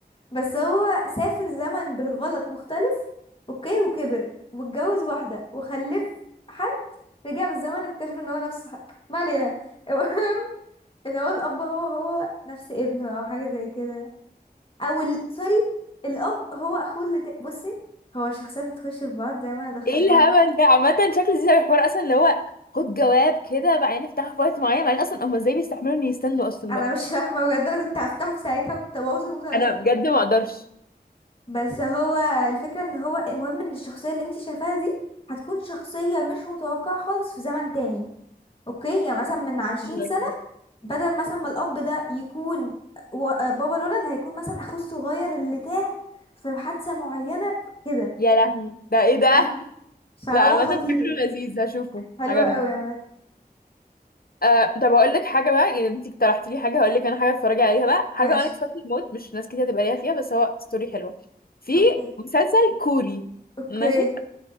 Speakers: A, on the left (about 35°); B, on the left (about 65°).
A: بس هو سافر زمن بالغلط مختلف اوكي وكبر واتجوز واحدة وخلف حد رجع بالزمن اكتشف ان هو نفس حد ما علينا <laughs> المهم ان هو الاب هو هو نفس ابنه او حاجة زي كده او ال... سوري الاب هو اخوه اللي ت... بصي هو الشخصيات هتخش في بعض زي ما انا دخلتها
B: ايه الهبل ده عامة شكل زي الحوار اصلا اللي هو خد جواب كده بعدين افتحه في وقت معين بعدين اصلا هما ازاي بيستحملوا ان يستنوا اصلا
A: انا
B: وقت
A: مش فاهمة بجد انا كنت هفتحه في ساعتها وكنت ابوظ المسلسل
B: انا بجد ما اقدرش
A: بس هو الفكرة ان هو المهم ان الشخصية اللي انت شايفاها دي هتكون شخصية مش متوقعة خالص في زمن تاني اوكي يعني مثلا من عشرين
B: <laughs>
A: سنة بدل مثلا ما الأب ده يكون و- آه، بابا الولد هيكون مثلا أخوه الصغير اللي تاه في حادثة معينة كده
B: يا لهوي ده ايه ده
A: فاهمة؟ فهو
B: لا عامة
A: خطير
B: فكره لذيذ هشوفه
A: حلوة
B: عجبني
A: قوي يا مات
B: آه، طب هقول لك حاجة بقى يعني انت اقترحتي لي حاجة هقول لك انا حاجة اتفرجي عليها بقى حاجة
A: ماشي
B: unexpected موت مش ناس كتير هتبقى ليها فيها بس هو ستوري حلوة في
A: اوكي
B: مسلسل كوري
A: اوكي
B: ماشي